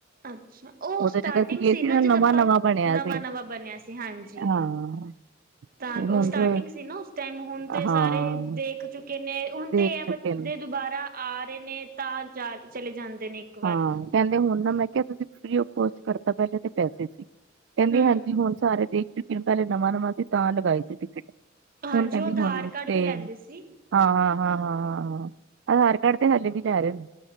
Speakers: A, on the right; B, on the right.
A: ਅੱਛਾ ਉਹ
B: ਉਦੋਂ
A: ਸਟਾਰਟਿੰਗ
B: ਜਦੋਂ ਅਸੀਂ ਗਏ ਸੀ
A: ਨਾ
B: ਨਵਾਂ
A: ਜਦ ਆਪਾਂ
B: ਨਵਾਂ ਬਣਿਆ
A: ਨਵਾਂ-ਨਵਾਂ
B: ਸੀ।
A: ਬਣਿਆ ਸੀ ਹਾਂਜੀ।
B: ਹਾਂ
A: ਤਾਂ
B: ਤੇ ਹੁਣ
A: ਉਹ ਸਟਾਰਟਿੰਗ
B: ਤੇ
A: ਸੀ ਨਾ ਉਸ ਟਾਈਮ ਹੁਣ ਤੇ
B: ਹਾਂ
A: ਸਾਰੇ ਦੇਖ ਕਿਊਂਕੀ ਇਨੇ ਹੁਣ
B: ਦੇਖ
A: ਤੇ ਹੈ
B: ਚੁੱਕੇ
A: ਬਂਦੇ
B: ਨੇ
A: ਦੁਬਾਰਾ ਆ ਰਹੇ ਨੇ ਤਾਂ ਜਾ ਚਲੇ ਜਾਂਦੇ ਨੇ ਇੱਕ ਵਾਰ
B: ਹਾਂ ਕਹਿੰਦੇ ਹੁਣ ਨਾ, ਮੈਂ ਕਿਹਾ ਤੁਸੀਂ ਫ੍ਰੀ ਆਫਕੋਰਸ ਕਰ ਤਾ ਪਹਿਲੇ ਪੈਸੇ ਸੀ। ਕਹਿੰਦੇ
A: ਹੂੰ
B: ਹਾਂਜੀ, ਹੁਣ ਸਾਰੇ ਦੇਖ ਚੁੱਕੇ ਨੇ, ਪਹਿਲੇ ਨਵਾਂ ਨਵਾਂ ਸੀ ਤਾਂ ਲਗਾਈ ਸੀ ਟਿਕਟ।
A: ਹਾਂਜੀ
B: ਹੁਣ ਕਹਿੰਦੀ
A: ਉਹ ਆਧਾਰ
B: ਹੁਣ
A: ਕਾਰਡ
B: ਤੇ
A: ਵੀ ਲੈਂਦੇ ਸੀ
B: ਹਾਂ ਹਾਂ ਹਾਂ ਹਾਂ ਹਾਂ ਹਾਂ ਆਧਾਰ ਕਾਰਡ ਤੇ ਹਲੇੇ ਵੀ ਲੈ ਰਹੇ ਹੈ।